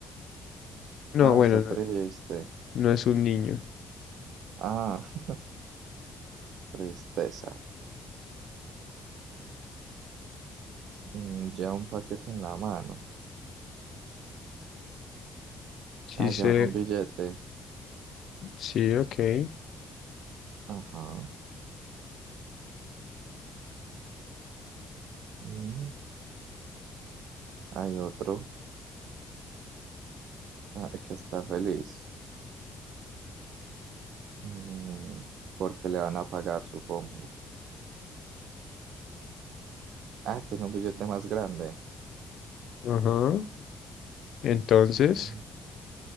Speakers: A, on the left; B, on the right.
A: No,
B: Ah,
A: bueno,
B: está
A: no,
B: triste.
A: no es un niño.
B: Ah, <laughs> tristeza. Mm, Lleva un paquete en la mano.
A: Sí,
B: Ah,
A: sé,
B: lleva un billete.
A: sí, ok.
B: Ajá. Y hay otro ah, que está feliz. Mm, porque le van a pagar, supongo. Ah, tiene un billete más grande.
A: Ajá. Entonces,
B: Uy.